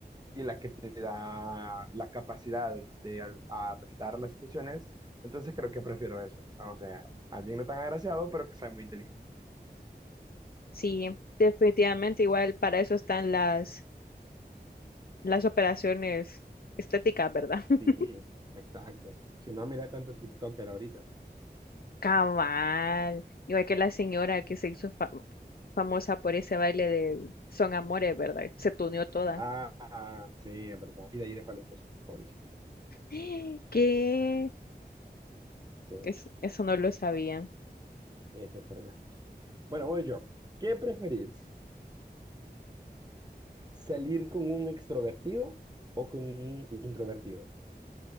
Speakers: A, on the right; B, on the left.
A: y la que te da la capacidad de al- a enfrentar las situaciones, entonces creo que prefiero eso. Ah, O sea, alguien no tan agraciado, pero que sea muy inteligente.
B: Sí, definitivamente igual para eso están las, las operaciones estéticas, ¿verdad? <laughs>
A: Sí, exacto. Si no, mira tanto TikToker ahorita.
B: Cabal, igual que la señora que se hizo fa- famosa por ese baile de Son Amores, ¿verdad? Se tuneó toda.
A: Ah, ah, sí, es verdad. Y de ahí dejo al esposo, pobrecito.
B: <gasps> ¿Qué?
A: Sí,
B: Es- eso no lo sabía.
A: F por allá. Bueno, voy yo. ¿Qué preferís? ¿Salir con un extrovertido o con un introvertido?